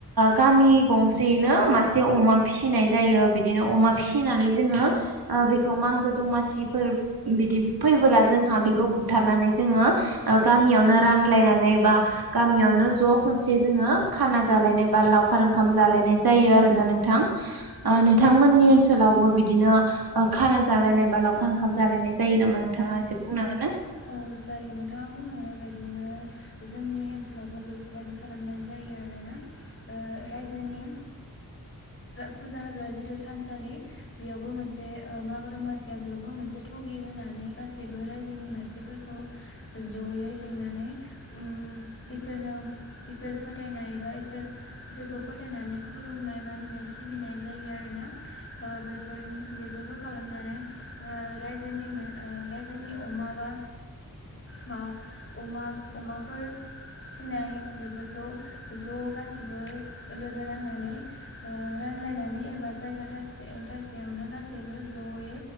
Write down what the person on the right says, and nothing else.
गामि गंसेयैनो मासे अमा फिसिनाय जायो बिदिनो अमा फिसिनानै जोंङो बेखौ माोगो दमासिफोर बिदि फैबोला जोंहा बेखौ बुथारनानै जोंङो गामियावनो रानलायनानै बा गामियावनो ज' खनसे जोङो खाना जालायनाय बा लावखारों ओंखाम जालायनाय जायो आरोना नोंथां
नोंथांमोननि ओनसोलावबो बिदिनो खाना जालायनाय बा लावखार ओंखाम जालायनाय जायो नामा नोंथाङा एसे बुंनो हांगोन ना